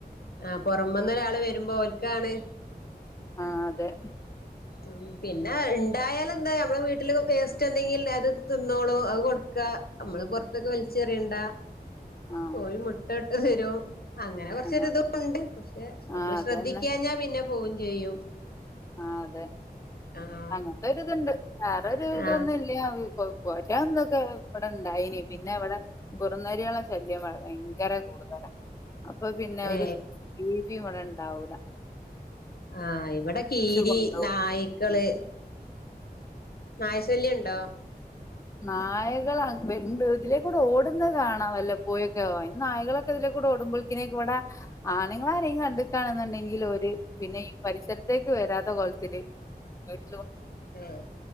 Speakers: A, on the left; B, on the left.
A: ആഹ് പൊറമന്നൊരാള് വരുമ്പോ ഓൽക്കാണ്
B: ആഹ് അതെ
A: ഉം പിന്ന ഇണ്ടായാലെന്താ ഞമ്മള വീട്ടില് വേസ്റ്റ് എന്തെങ്കിൽണ്ടായാ അത് തിന്നോളോ അത് കൊടുക്കാ നമ്മള് പൊറത്തേക്ക് വലിച്ചെറിയണ്ട
B: ആഹ്
A: കോയി മുട്ട ഇട്ട് തരും അങ്ങനെ കുറച്ചൊരിതും
B: ആഹ്
A: ഉണ്ട് പക്ഷെ നമ്മള്
B: ആഹ് അതന്നെ
A: ശ്രദ്ധിക്ക്യാഞ്ഞാ പിന്നെ പ് പോവും ചെയ്യും
B: ആഹ് അതെ
A: ആഹ്
B: അങ്ങനത്തൊരിത്ണ്ട് വേറൊരു ഇതൊന്നും
A: ആഹ്
B: ഇല്ല്യ അവ് പോ പോറ്റാന്തൊക്കെ ഇവിടെ ഇണ്ടായിനി പിന്നെ ഇവിടെ കുറുനരിയളെ ശല്യം വള ഭയങ്കര കൂടുതലാ അപ്പൊ പിന്നെ
A: ഏ
B: ഒരു ജീവിയും ഇവിടെണ്ട് ഉണ്ടാവൂല
A: ആഹ് ഇവടെ കീര്
B: കൊണ്ടോവും
A: ഈ നായ്ക്കള്
B: ഉം
A: നായശല്ല്യണ്ടോ
B: നായകളങ്ങ് വര് <unintelligible> ഇതിലേക്കൂടെ ഓടുന്നത് കാണാം വല്ലപ്പോയൊക്കെ ഓ അയിന് നായകളൊക്കെ ഇതിലേക്കൂടെ ഓടുമ്പോൾക്കിന് ഇവടെ ആണുങ്ങളാര് കണ്ട്ക്കാണെന്ന്ണ്ടെങ്കിലോര് പിന്നെ ഈ പരിസരത്തേക്ക് വരാത്ത കോലത്തില് വീട്ട്
A: ഏ